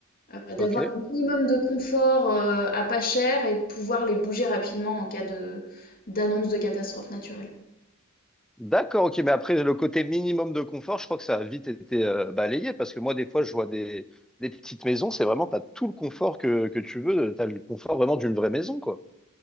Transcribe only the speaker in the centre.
Ok.
D'accord, ok. Mais après, le côté minimum de confort, je crois que ça a vite été euh, balayé parce que moi, des fois, je vois des, des petites maisons, c'est vraiment, t'as tout le confort que, que tu veux. T'as le confort vraiment d'une vraie maison, quoi.